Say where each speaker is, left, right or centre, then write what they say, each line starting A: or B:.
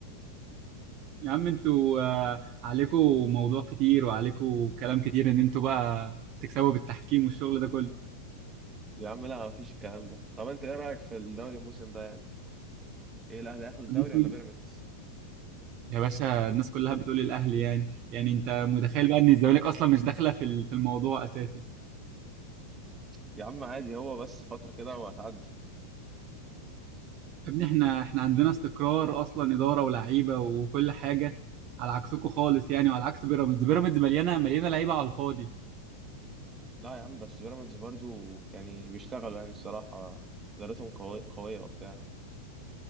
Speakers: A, on the right; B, on the right.
A: يا عم انتوا آه، عليكوا موضوع كتير وعليكوا كلام كتير ان انتوا بقى بتكسبوا بالتحكيم والشغل ده كله
B: يا عم لا مفيش الكلام ده طب انت ايه رأيك في الدوري الموسم ده يعني؟ ايه الاهلي هياخد الدوري
A: الموسم-
B: ولا بيراميدز؟
A: يا باشا الناس كلها بتقول الاهلي يعني يعني انت متخيل بقى ان الزمالك اصلا مش داخله في ال- في الموضوع اساسا
B: يا عم عادي هو بس فترة كده وهتعدي
A: يا ابني احنا احنا عندنا استقرار اصلا اداره ولاعيبه وكل حاجه على عكسكم خالص يعني وعلى عكس بيراميدز بيراميدز مليانه مليانه لعيبه على الفاضي
B: لا يا عم بس بيراميدز برضو يعني بيشتغلوا يعني الصراحة ادارتهم قوي- قوية وبتاع